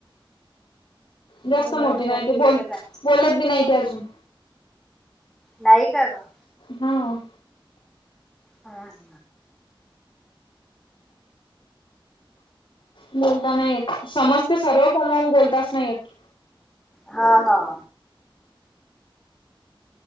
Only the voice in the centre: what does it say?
मी म्हटलं
आहे
का काय
नाही का का?
हां
हां हां